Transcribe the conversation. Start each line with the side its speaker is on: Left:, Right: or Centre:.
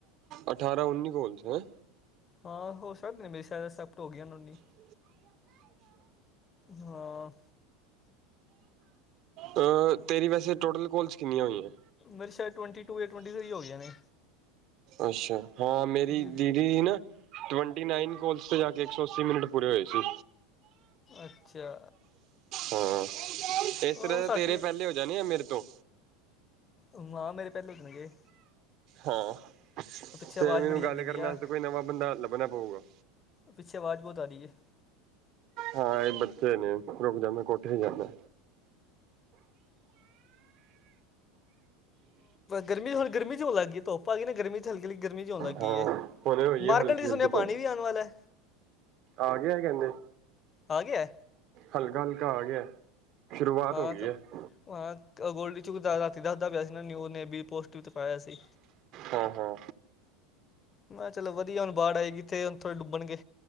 Right: ਅਠਾਰਾਂ ਉੱਨੀ ਕੋਲਸ ਹੈਂ।
Left: ਹਾਂ। ਹੋ ਸਕਦੇ ਮੇਰੀ ਸ਼ਾਇਦ ਐਕਸੈਪਟ ਹੋ ਗਈ ਉਹੀ।
Right: <inaudible>
Left: ਹਾਂ
Right: ਅਹ ਤੇਰੀ ਵੈਸੇ ਟੋਟਲ ਕੋਲਸ ਕਿੰਨੀਆਂ ਹੋਈਆਂ।
Left: ਮੇਰੇ ਸ਼ਾਇਦ ਟਵੈਨਟੀ ਟੂ ਜਾਂ ਟਵੈਂਟੀ ਥਰੀ ਹੋਈਆ ਨੇ।
Right: ਅੱਛਾ। ਹਾਂ ਮੇਰੀ
Left: ਜੀ
Right: ਦੀਦੀ ਹੀ ਨਾ। ਟ੍ਵੇਂਟੀ ਨਾਈਨ ਕੋਲਸ ਤੇ ਜਾ ਕੇ ਇੱਕ ਸੌ ਅੱਸੀ ਮਿੰਟ ਪੂਰੇ ਹੋਏ ਸੀ।
Left: ਅੱਛਾ।
Right: ਹਾਂ ਇਸ ਤਰ੍ਹਾਂ
Left: ਆਹੋ ਸਾਡੇ
Right: ਤੇਰੇ
Left: ਵੀ
Right: ਪਹਿਲੇ ਹੋ ਜਾਣੇ ਆ ਮੇਰੇ ਤੋਂ।
Left: ਮਹਾਂ ਮੇਰੇ ਪਹਿਲੇ ਦੇਣ ਗਏ।
Right: ਹਾਂ। ਫਿਰ
Left: ਪਿੱਛੇ ਆਵਾਜ਼
Right: ਮੈਨੂੰ
Left: ਬੜੀ
Right: ਗੱਲ
Left: ਆਉਂਦੀ ਪਈ
Right: ਕਰਨ
Left: ਆ
Right: ਵਾਸਤੇ ਕੋਈ ਨਵਾਂ ਬੰਦਾ ਲੱਭਣਾ ਪਊਗਾ।
Left: ਪਿੱਛੇ ਆਵਾਜ਼ ਬਹੁਤ ਆ ਰਹੀ ਹੈ।
Right: ਹਾਂ। ਇਹ ਬੱਚੇ ਨੇ ਰੁਕ ਜਾਂਦਾ। ਕੋਠੇ ਹੀ ਜਾਂਦਾ।
Left: ਗਰਮੀ ਹੁਣ ਗਰਮੀ ਚ ਹੋਣ ਲੱਗ ਗਈ ਧੁੱਪ ਆ ਗਈ ਨਾ ਗਰਮੀ ਚ ਏਨੀ ਗਰਮੀ ਚ ਹੋਣਾ ਕੀ
Right: ਹਾਂ
Left: ਹੈ
Right: ਹੁਣੇ ਹੋਈ ਹੈ
Left: ਮਾਰਕਿੰਟ
Right: ਹਲਕੀ ਹਲਕੀ
Left: ਸੁਣਿਆ
Right: ਧੁੱਪ
Left: ਪਾਣੀ ਵੀ ਆਉਣ ਵਾਲਾ।
Right: ਆ ਗਿਆ ਕਹਿੰਦੇ
Left: ਆ ਗਿਆ
Right: ਹਲਕਾ- ਹਲਕਾ ਆ ਗਿਆ। ਸ਼ੁਰੂਆਤ
Left: ਹਾਂ-
Right: ਹੋ ਗਈ ਹੈ
Left: ਹਾਂ ਗੋਲਡੀ ਝੁਕਦਾ ਰਾਤੀ ਦੱਸਦਾ ਪਿਆ ਸੀ ਓਹਨੇ ਨਵੀ ਪੋਸਟ ਵਿੱਚ ਪਾਇਆ ਸੀ।
Right: ਹਾਂ ਹਾਂ।
Left: ਮੈਂ ਚਲੋ ਵਧੀਆ ਹੁਣ ਬਾੜ ਆਏਗੀ ਤੇ ਹੁਣ ਥੋੜ੍ਹੇ ਡੁੱਬਣਗੇ